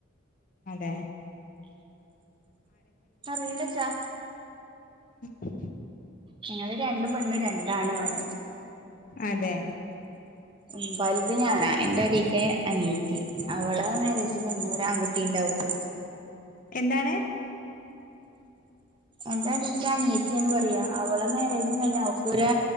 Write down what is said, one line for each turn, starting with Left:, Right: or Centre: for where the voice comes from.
Left: അതെ
Right: അറി ഇല്ല ചാ
Left: ഉ
Right: ഞങ്ങള് രണ്ടും മണ്ും രണ്ടാണു ആണ
Left: അതെ
Right: ഉ ബൈ അത് ഞാനാ എൻന്റെ അടക്ക് അനിയത്തി അവളെ മരേജ
Left: ഉം
Right: കഴ ഒരു ആൺകുട്ടി ഉണ്ടക്ക്
Left: എന്താണ്
Right: എന്താീക്ക് അനിയത്തിന്ന് പറയാ അവളെ മരേജിഞ്ഞ അവക്ക്ൊരു